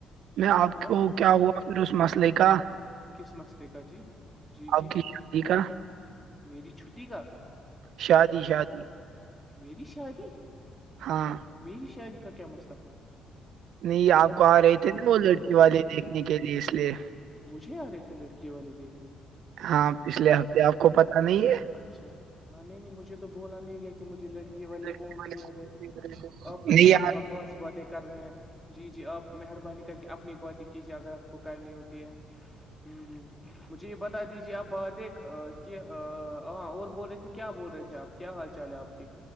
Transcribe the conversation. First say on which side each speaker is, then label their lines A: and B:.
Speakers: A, on the right; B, in the centre.
A: میں آپ
B: ہاں
A: کو کیا ہوا پھر اس مسئلے کا
B: کس مسئلے کا جی جی
A: آپ
B: جی
A: کی شادی کا
B: میری چھٹی کا
A: شادی شادی
B: میری شادی
A: ہاں
B: میری شادی کا کیا مسئلہ تھا
A: نہیں آپ کو آ رہے تھے نا وہ لڑکی
B: اچھا
A: والے دیکھنے کے لیے اس لیے
B: مجھے آ رہے تھے لڑکے والے دیکھنے
A: ہاں پچھلے ہفتے آپ کو پتا نہیں ہے
B: اچھا ہاں نہیں نہیں مجھے تو بولا نہیں گیا کہ مجھے لڑکی والے
A: لڑکی
B: کون سی
A: کو
B: آ رہے
A: دیکھ
B: تھے
A: تھے؟
B: آپ تو
A: نہیں
B: بہت ہی بکواس باتیں کر رہے ہیں جی جی آپ مہربانی کر کے اپنی باتیں کیجیے اگر آپ کو کرنی ہوتی ہے ہ ہ مجھے یہ بتا دیجیے آپ بات ایک کیا ہاں اور بول رہے تھے کیا بول رہے تھے آپ کیا حال چال ہے آپ کے